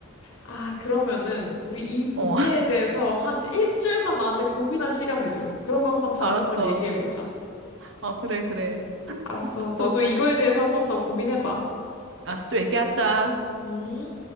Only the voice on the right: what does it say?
어
<laughs>
알았어.
어 그래 그래
또
알았어 또 얘기하자.